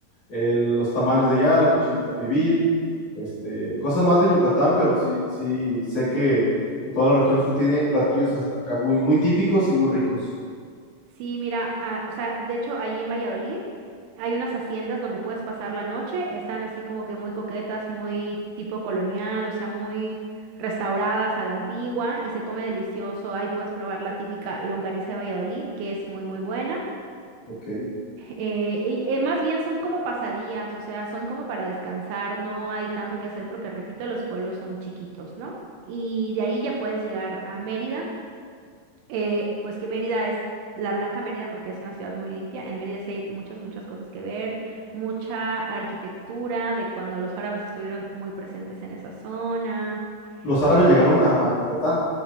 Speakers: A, on the left; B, on the right.
A: el- los tamales de allá, la cochinita pibil, este, cosas más de Yucatán, pero sí, sí sé que toda la región sur tiene platillos acá muy, muy típicos y muy ricos.
B: sí, mira, ah, o sea, de hecho ahí en Valladolid hay unas haciendas donde puedes pasar la noche, están así como que muy coquetas, muy tipo colonial, o sea, muy restauradas a la antigua y se come delicioso. Ahí puedes probar la típica longaniza de Valladolid, que es muy, muy buena.
A: Ok.
B: Eh, y eh, más bien son como pasadías, o sea, son como para descansar, no hay tanto que hacer porque, repito, los pueblos son chiquitos, ¿no? Y de ahí ya puedes llegar a Mérida, eh, pues que Mérida es la Blanca Mérida porque es una ciudad muy limpia. En Mérida sí hay muchas, muchas cosas que ver, mucha arquitectura de cuando los árabes estuvieron muy presentes en esa zona,
A: Los árabes
B: eh,
A: llegaron a, a Yucatán.